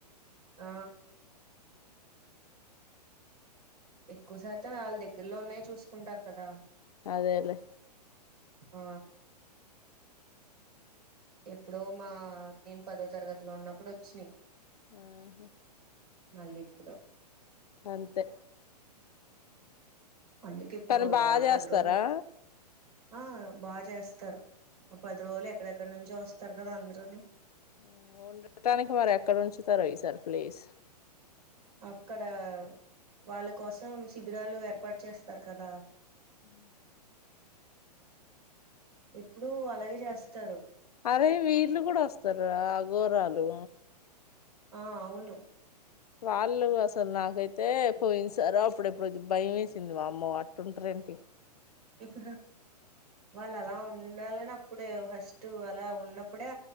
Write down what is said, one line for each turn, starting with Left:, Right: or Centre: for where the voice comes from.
Right: ఆ ఎక్కువ శాతం వాళ్ళ దగ్గరలోనే చూసుకుంటారు కదా
Left: అదేలే
Right: ఆ ఎప్పుడో మా నేను పదో తరగతిలో ఉన్నప్పుడు వచ్చాయి
Left: ఆహా
Right: మళ్ళీ ఇప్పుడు
Left: అంతే
Right: అందుకు ఇప్పుడు
Left: తను బాగా
Right: ఆ
Left: చేస్తారా
Right: పది రోజులు ఉంటారు ఆ బాగా చేస్తారు ఆ పది రోజులు ఎక్కడెక్కడి నుంచి వస్తారు కదా అందరుని
Left: ఆ ఉండటానికి మరి ఎక్కడ ఉంచుతారో ఈ సార్ ప్లేస్
Right: అక్కడ వాళ్ళ కోసం శిబిరాలు ఏర్పాటు చేస్తారు కదా
Left: ఊ
Right: ఎప్పుడు అలాగే చేస్తారు
Left: అరే వీళ్ళు కూడా వస్తరా అఘోరాలు
Right: ఆ అవును
Left: వాళ్ళు అసలు నాకైతే పోయినసార అప్పుడు ఎప్పుడో భయం వేసింది వామ్మో అట్టుంట్ర ఏంటి
Right: ఇక వాళ్ళు అలా ఉండాలని అప్పుడే ఫస్ట్ అలా ఉన్నప్పుడే